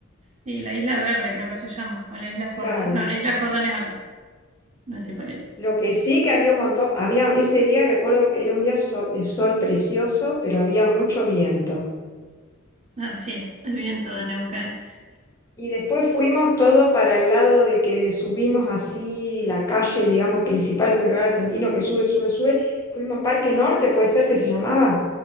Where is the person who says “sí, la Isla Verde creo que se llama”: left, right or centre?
Right